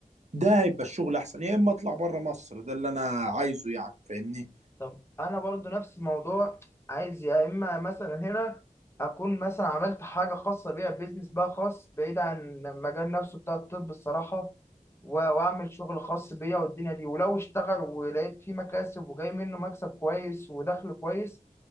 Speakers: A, on the right (about 55°); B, on the left (about 20°).
A: ده هيبقى الشغل احسن يا اما اطلع بره مصر ده اللي انا عايزه يعني فاهمني
B: طب انا برضو نفس الموضوع عايز يا اما مثلا هنا اكون مثلا عملت حاجه خاصه بيها بيزنس بقى خاص بعيد عن المجال نفسه بتاع الطب الصراحه و- واعمل شغل خاص بيا والدنيا دي ولو اشتغل ولقيت فيه مكاسب وجاي منه مكسب كويس ودخل كويس